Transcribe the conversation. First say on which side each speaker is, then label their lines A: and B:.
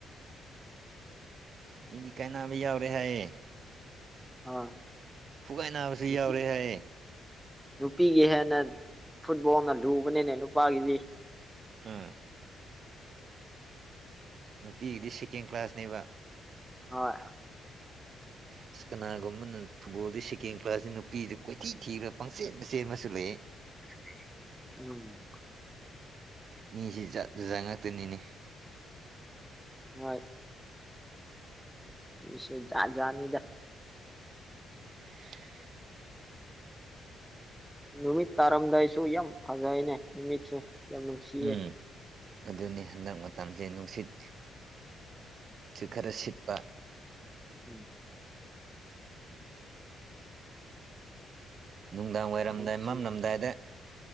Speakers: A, on the right (about 55°); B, in the centre.
A: ꯃꯤꯗꯤ ꯀꯥꯅꯕ ꯌꯥꯎꯔꯦ ꯍꯥꯏꯌꯦ꯫
B: ꯑꯥ꯫
A: ꯐꯨꯒꯥꯏ ꯅꯥꯕꯁꯨ
B: ꯅꯨꯄꯤ
A: ꯌꯥꯎꯔꯦ ꯍꯥꯏꯌꯦ꯫
B: ꯅꯨꯄꯤꯒꯤ ꯍꯦꯟꯅ ꯐꯨꯠꯕꯣꯜꯅ ꯂꯨꯕꯅꯤꯅꯦ ꯅꯨꯄꯥꯒꯤꯗꯤ꯫
A: ꯍꯣꯏ꯫ ꯅꯨꯄꯤꯒꯤꯗꯤ ꯁꯦꯀꯦꯟ ꯀ꯭ꯂꯥꯁꯅꯦꯕ꯫
B: ꯍꯣꯏ꯫ <unintelligible> <inaudible>
A: ꯑꯁ ꯀꯅꯥꯒꯨꯝꯕꯅ ꯐꯨꯠꯕꯣꯜꯗ ꯁꯦꯀꯦꯟ ꯀ꯭ꯂꯥꯁꯁꯤ ꯅꯨꯄꯤꯗ ꯀꯣꯏꯊꯤ ꯊꯤꯈ꯭ꯔ ꯄꯪꯆꯦꯟꯗ ꯆꯦꯟꯕꯁꯨ ꯂꯩꯌꯦ꯫
B: <inaudible> ꯎꯝ꯫
A: ꯃꯤꯁꯤ ꯖꯥꯠ ꯖꯥꯠ ꯉꯥꯛꯇꯅꯤꯅꯦ꯫
B: ꯍꯣꯏ꯫ ꯃꯤꯁꯨ ꯖꯥꯠ ꯖꯥꯠꯅꯤꯗ꯫
A: <unintelligible>
B: ꯅꯨꯃꯤꯠ ꯇꯥꯔꯝꯗꯥꯏꯁꯨ ꯌꯥꯝ ꯐꯖꯩꯅꯦ ꯅꯨꯃꯤꯠꯁꯦ꯫ ꯌꯥꯝ ꯅꯨꯡꯁꯤꯌꯦ
A: ꯎꯝ꯫ ꯑꯗꯨꯅꯤ ꯍꯟꯗꯛ ꯃꯇꯝꯁꯦ ꯅꯨꯡꯁꯤꯠ ꯁꯨ ꯈꯔ ꯁꯤꯠꯄ꯫
B: ꯎꯝ꯫
A: ꯅꯨꯡꯗꯥꯡ ꯋꯥꯏꯔꯝꯗ
B: ꯌꯥꯝ ꯅꯨꯡꯁꯤ
A: ꯃꯝꯂꯝꯗꯥꯏꯗ